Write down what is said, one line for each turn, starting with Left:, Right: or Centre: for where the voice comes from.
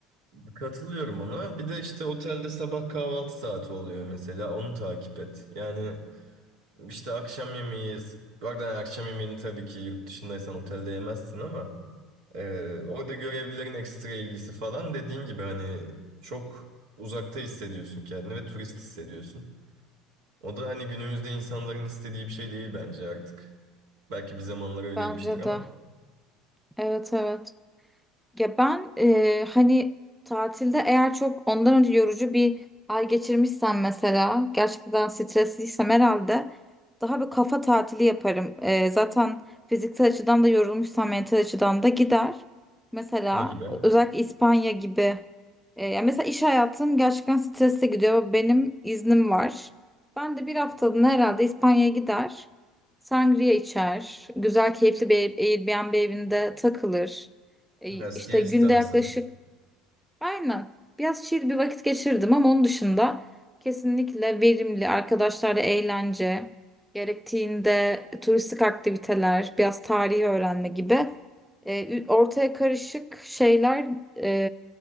Right: Katılıyorum ona. Bir de işte otelde sabah kahvaltı saati oluyor mesela. Onu takip et. Yani işte akşam yemeği, bu arada akşam yemeğini tabii ki yurt dışındaysan otelde yemezsin ama e, orada görevlilerin ekstra ilgisi falan dediğin gibi hani çok uzakta hissediyorsun kendini ve turist hissediyorsun. O da hani günümüzde insanların istediği bir şey değil bence artık. Belki bir zamanlar öyleymiştir
Centre: Bence
Right: ama
Centre: de. Evet evet. Ya ben eee, hani tatilde eğer çok ondan önce yorucu bir ay geçirmişsem mesela gerçekten stresliysem herhalde daha bir kafa tatili yaparım. Eee, zaten fiziksel açıdan da yorulmuşsam mental açıdan da gider. Mesela
Right: ne gibi?
Centre: özellikle İspanya gibi. Eee, ya mesela iş hayatım gerçekten stresli gidiyor. Benim iznim var. Ben de bir haftalığına herhalde İspanya'ya gider. Sangria içer. Güzel keyifli bir Airbnb evinde takılır. E, işte
Right: Ha, siestamsı.
Centre: günde yaklaşık aynen biraz chill bir vakit geçirdim ama onun dışında kesinlikle verimli arkadaşlarla eğlence, gerektiğinde turistik aktiviteler, biraz tarihi öğrenme gibi e, ortaya karışık şeyler e,